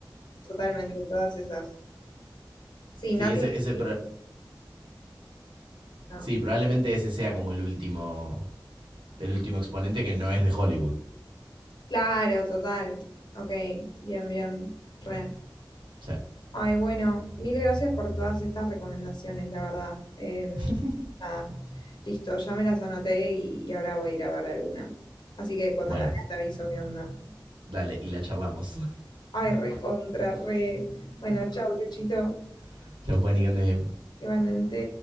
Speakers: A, on the left; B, on the right.
A: totalmente, todas esas. Sí,
B: Sí,
A: Notting
B: ese, ese,
A: Hill. No.
B: Sí, probablemente ese sea como el último, el último exponente que no es de Hollywood.
A: Claro, total. Ok, bien, bien. Re.
B: O sea,
A: Ay, bueno, mil gracias por todas estas recomendaciones, la verdad. Em,
B: <laughs>
A: nada, listo, ya me las anoté y, y ahora voy a ir a ver alguna. Así que cuando
B: Bueno,
A: la vea te aviso qué onda.
B: dale, y la charlamos.
A: Ay, re contra, re. Bueno, chau, Luchito.
B: <laughs> Chao, Juan, y que andes bien.
A: Igualmente.